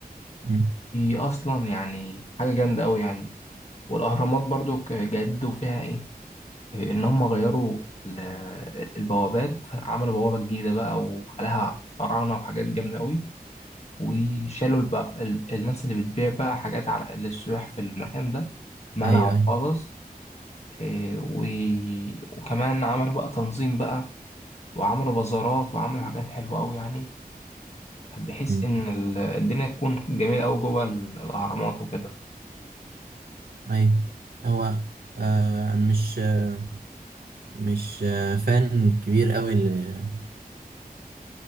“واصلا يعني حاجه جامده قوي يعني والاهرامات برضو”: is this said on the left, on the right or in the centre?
Left